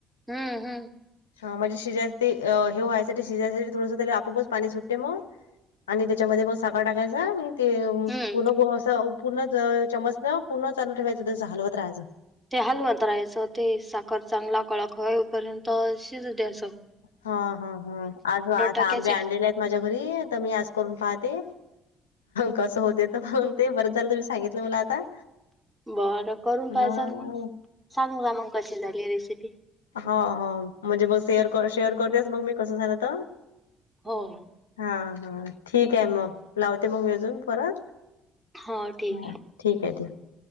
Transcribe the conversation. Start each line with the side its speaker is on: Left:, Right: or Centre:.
Centre: हम्म हम्म
Left: हा म्हणजे शिजाय ते हे व्हायसाठी शिजायसाठी थोडस त्याला आपापच पाणी सुटते मग. आणि त्याच्यामध्ये मग साखर टाकायचा ते
Centre: हम्म
Left: पूर्ण गं अस पूर्ण च-चमच न पूर्ण चालू ठेवायचं तस हलवत राहायचं.
Centre: ते हालवत राहायचं ते साखर चांगला कडक येपर्यंत शिजू द्यायच.
Left: हा हा हा आज आता
Centre: टाकायचे
Left: आंबे आणलेले आहेत माझ्या घरी तर मी आज करुन पाहते, कस होते ते बरंच झालं तुम्ही सांगितलं मला आता.
Centre: बरं करून
Left: हा.
Centre: पाहिसाल मग सांगाल मग कशी झाली रेसिपी.
Left: हो हो म्हणजे मग शेअर शेअर करतेस मग मी कसं झालं तर
Centre: हो हो.
Left: हा हा ठीक आहे मग लावते मग मीअजून परत.
Centre: हो ठीक
Left: हा
Centre: आहे.
Left: ठीक आहे ठीक आहे.